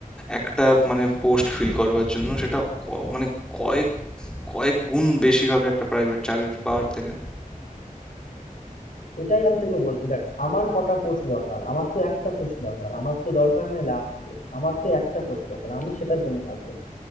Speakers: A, in the centre; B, on the left.
A: একটা মানে পোস্ট ফিল করবার জন্য সেটা ক- মানে কয়েক কয়েক গুণ বেশি হবে একটা প্রাইভেট চাকরি পাওয়ার থেকে
B: এটাই আমি তোকে বলছি দেখ আমার কটা পোস্ট দরকার আমার তো একটা পোস্ট দরকার আমার তো দরকার নেই লাখ পোস্ট আমার তো একটা পোস্ট দরকার আমি সেটার জন্য কাজ করছি।